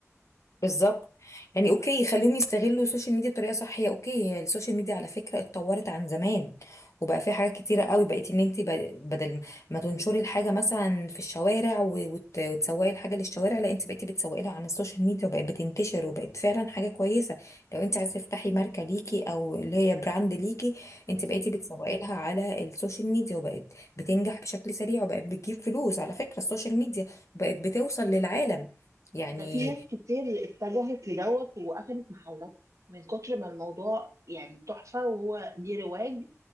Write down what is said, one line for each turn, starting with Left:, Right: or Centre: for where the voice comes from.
Left: بالظبط يعني اوكي خليهم يستغلوا السوشيال ميديا بطريقه صح هي اوكي هي السوشيال ميديا على فكره اتطورت عن زمان وبقى في حاجات كتيره قوي بقيت ان انت ب- بدل ما تنشري الحاجه مثلا في الشوارع و- وت- وتسوقي الحاجه للشوارع لا انت بقيتي بتسوقي لها عن السوشيال ميديا وبقت بتنتشر وبقت فعلا حاجه كويسه لو انت عايزه تفتحي ماركه ليكي او اللي هي براند ليكي انت
Right: مم.
Left: بقيتي بتسوقي لها على السوشيال ميديا وبقت بتنجح بشكل سريع وبقت بتجيب فلوس على فكره السوشيال ميديا وبقت بتوصل للعالم يعني
Right: ده في ناس كتير اتجهت لدوت وقفلت محلات من كتر ما الموضوع يعني تحفه وهو ليه رواج